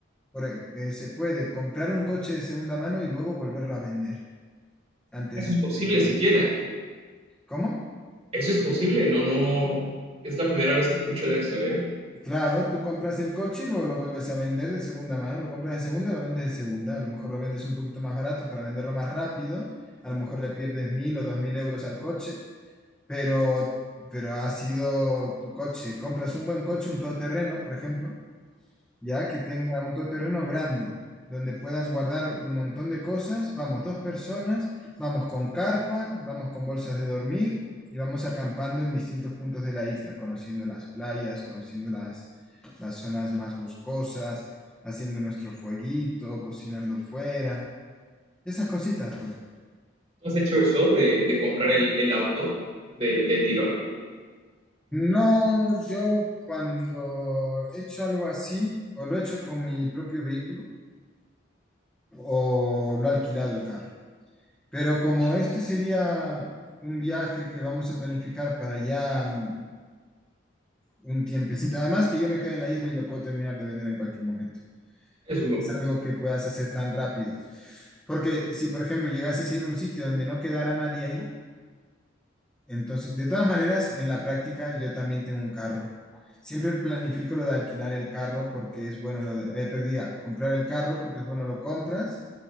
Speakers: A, in the centre; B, on the right (about 30°).
A: por, e- eh, se puede comprar un coche de segunda mano y luego volverlo a vender antes
B: Eso
A: de
B: es posible
A: terminar.
B: siquiera.
A: ¿Cómo?
B: Eso es posible, no, no. Es la primera vez que escucho de eso, ¿eh?
A: Claro, tú compras el coche y luego lo vuelves a vender de segunda mano, lo compras de segunda, lo vendes de segunda, a lo mejor lo vendes un poquito más barato para venderlo más rápido, a lo mejor le pierdes mil o dos mil euros al coche, pero, pero ha sido tu coche. Compras un buen coche, un todoterreno, por ejemplo, ya que tenga un todoterreno grande, donde puedas guardar un montón de cosas. Vamos dos personas, vamos con carpa, vamos con bolsas de dormir y vamos acampando en distintos puntos de la isla, conociendo las playas, conociendo las, las zonas más boscosas, haciendo nuestro fueguito, cocinando fuera, esas cositas, pues.
B: ¿Tú has hecho eso de, de comprar el, el auto de- del tirón?
A: No, yo cuando he hecho algo así, o lo he hecho con mi propio vehículo, o lo he alquilado el carro. Pero como este sería un viaje que vamos a planificar para ya mm, un tiempecito, además que yo me quedo en la isla y lo puedo terminar de vender en cualquier momento.
B: Es
A: No
B: un buen
A: es
B: punto.
A: algo que puedas hacer tan rápido. Porque si, por ejemplo, llegases a ir a un sitio donde no quedara nadie ahí, entonces, de todas maneras, en la práctica yo también tengo un carro. Siempre planifico lo de alquilar el carro porque es bueno, lo de, eh, perdía, comprar el carro porque es bueno, lo compras